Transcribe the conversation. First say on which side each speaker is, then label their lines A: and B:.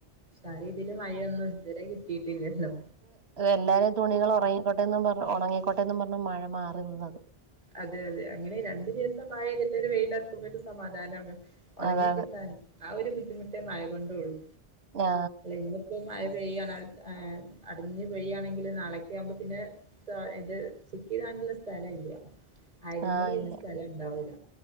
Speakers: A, on the right; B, on the right.
A: ആ ഇതില് മഴയൊന്നും ഇതുരെ കിട്ടിയിട്ടില്ലല്ലോ.
B: എല്ലാരേ തുണികള് ഒറങ്ങിക്കോട്ടെ എന്നും പറ ഒണങ്ങിക്കോട്ടെ എന്നും പർഞ് മഴ മാറി നിന്നത്.
A: അതെ അതെ അങ്ങനെ രണ്ടു ദിവസം മയയ്തിട്ട് ഒരു വെയിലർക്കുമ്പ ഒരു സമാധാനാണ് ഒണങ്ങി
B: അതാണ്
A: കിട്ടാനേയ്. ആഹ് ഒര് ബുദ്ധിമുട്ടേ മയ കൊണ്ടൊള്ളൂ.
B: നാ
A: ഇന്ന്പ്പോ മയ പെയ്യാണ് അടിഞ്ഞ് പെയ്യാണെങ്കില് നാളെക്ക് ആവുംമ്പോ പിന്നെ ഇത് ചിക്കി കാണുള്ള സ്ഥലം ഇല്ല ആയിട
B: ആഹ്
A: മുല് പിന്നെ
B: ഇല്ല
A: സ്ഥലം ഉണ്ടാവില്ല